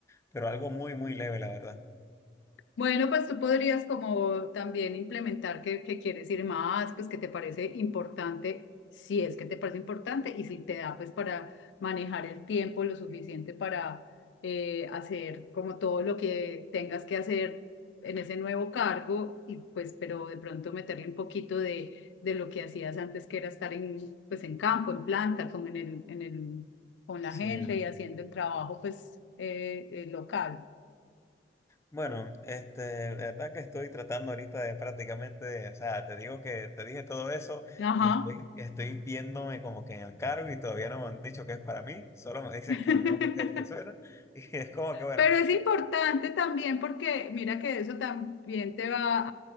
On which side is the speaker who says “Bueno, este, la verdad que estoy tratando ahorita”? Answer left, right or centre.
Left